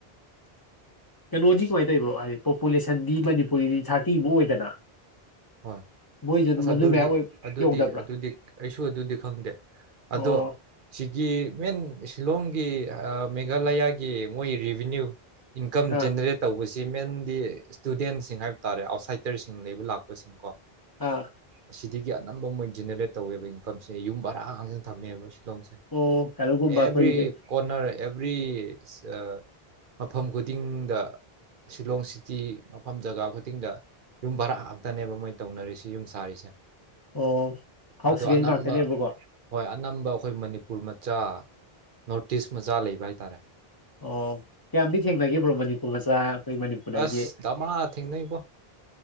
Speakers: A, on the left; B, on the right.
A: ꯀꯩꯅꯣꯗꯤ ꯀꯃꯥꯏ ꯇꯧꯔꯤꯕꯣ ꯍꯥꯏꯗꯤ ꯄꯣꯄꯨꯂꯦꯁꯟꯗꯤ ꯃꯅꯤꯄꯨꯔꯤꯗꯤ ꯊꯥꯔꯇꯤꯃꯨꯛ ꯑꯣꯏꯗꯅ
B: ꯍꯣꯏ
A: ꯃꯣꯏꯁꯨ ꯑꯗꯨꯝ
B: ꯑꯁ
A: ꯑꯗꯨ
B: ꯑꯗꯨꯗꯤ
A: ꯃꯌꯥ ꯑꯣꯏ
B: ꯑꯗꯨꯗꯤ
A: ꯌꯧꯗꯕ꯭ꯔꯥ
B: ꯑꯗꯨꯗꯤ ꯑꯩꯁꯨ ꯑꯗꯨꯗꯤ ꯈꯪꯗꯦ
A: ꯑꯣ
B: ꯑꯗꯣ ꯁꯤꯒꯤ ꯃꯦꯟ ꯁꯤꯂꯣꯡꯒꯤ ꯑ ꯃꯦꯒꯂꯌꯥꯒꯤ ꯃꯣꯏ ꯔꯤꯚꯤꯅ꯭ꯌꯨ ꯏꯟꯀꯝ
A: ꯑꯥ
B: ꯖꯦꯅꯔꯦꯠ ꯇꯧꯕꯁꯤ ꯃꯦꯟꯗꯤ ꯁ꯭ꯇꯨꯗꯦꯟꯁꯤꯡ ꯍꯥꯏꯕ ꯇꯥꯔꯦ ꯑꯥꯎꯠꯁꯥꯏꯗꯇꯔꯁꯤꯡ ꯂꯩꯕ ꯂꯥꯛꯄ ꯀꯣꯏꯁꯤꯡ ꯀꯣ
A: ꯑꯥ
B: ꯑꯁꯤꯗꯒꯤ ꯑꯅꯝꯕ ꯃꯣꯏ ꯖꯦꯅꯔꯦꯠ ꯇꯧꯋꯦꯕ ꯏꯟꯀꯝꯁꯦ ꯌꯨꯝ ꯕꯔꯥ ꯉꯇꯪ ꯊꯝꯃꯦꯕ ꯁꯤꯂꯣꯡꯁꯦ
A: ꯑꯣ ꯀꯩꯅꯣꯒꯨꯝꯕ
B: ꯑꯦꯕ꯭ꯔꯤ
A: ꯑꯩꯈꯣꯏꯒꯤ
B: ꯀꯣꯔꯅꯔ ꯑꯦꯕ꯭ꯔꯤ ꯑ ꯃꯐꯝ ꯈꯨꯗꯤꯡꯗ ꯁꯤꯂꯣꯡ ꯁꯤꯇꯤ ꯃꯐꯝ ꯖꯒꯥ ꯈꯨꯗꯤꯡꯗ ꯌꯨꯝ ꯕꯔꯥ ꯈꯛꯇꯅꯦꯕ ꯃꯣꯏ ꯇꯧꯅꯔꯤꯁꯤ ꯌꯨꯝ ꯁꯥꯔꯤꯁꯦ
A: ꯑꯣ ꯍꯥꯎꯁ
B: ꯑꯗꯣ
A: ꯔꯦꯟ
B: ꯑꯅꯝꯕ
A: ꯉꯥꯛꯇꯅꯦꯕꯀꯣ
B: ꯍꯣꯏ ꯑꯅꯝꯕ ꯑꯩꯈꯣꯏ ꯃꯅꯤꯄꯨꯔ ꯃꯆꯥ ꯅꯣꯔꯠ ꯏꯁ ꯃꯆꯥ ꯂꯩꯕ ꯍꯥꯏꯇꯥꯔꯦ
A: ꯑꯣ ꯀꯌꯥꯝꯗꯤ ꯊꯦꯡꯅꯦꯒꯦ ꯕ꯭ꯔꯣ ꯃꯅꯤꯄꯨꯔ ꯃꯆꯥ ꯑꯩꯈꯣꯏ ꯃꯅꯤꯄꯨꯔꯗꯒꯤ
B: ꯑꯁ ꯗꯃꯥ ꯊꯦꯡꯅꯩꯕꯣ